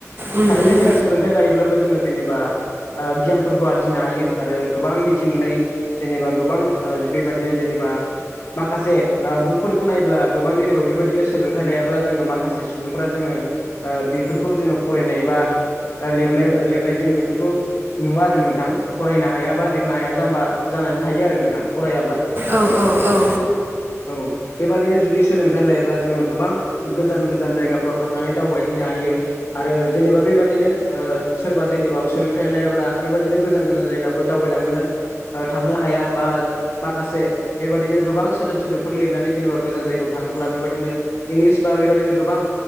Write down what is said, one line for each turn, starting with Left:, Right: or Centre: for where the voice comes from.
Right: उम
Left: थारैनो
Right: उम
Left: जोङो सोलोंथाइ लायोब्लाबो जोङो जेनेबा गियानफोरखौ आरजिनो हायो आरो गोबां मिथि मोनै जेनेबा गोबां बेबायदिनो जेनेबा माखासे बुकफोरखौ नायब्ला गोबां जेनेबा बेबायदिनो सोलोंथाइ लायाब्ला जोङो माखासे सुबुंफोरा जोङो बेफोरखौ जोङो फरायनाय बा लिरनाय लिरनाय जों बेफोरखौ नुवा आरो नोंथां फरायनो हायाबा लिरनो हाया जाम्बा जानानै थायो आरो नोंथां फरायाब्ला
Right: औ औ औ
Left: औ बेबदिनो जुदि सोलोंथाइ लायोब्ला जोङो गोबां गोजान गोजान जायगाफ्राव थांनानै दावबायहैनो हायो आरो जेनेबा बेबदिनो सोरबा जेनेबा सोलोंथाइ लायाब्ला बेबदिनो गोजान गोजान जायगा दावबायलांनो थांनो हाया बा माखासे बेबादिनो गोबां सोदोब सोदोबफोर लिरनानै जेनेबा गोजान जायगायाव थाङोब्ला बेबादिनो इंल्गिस बा बेबादिनो गोबां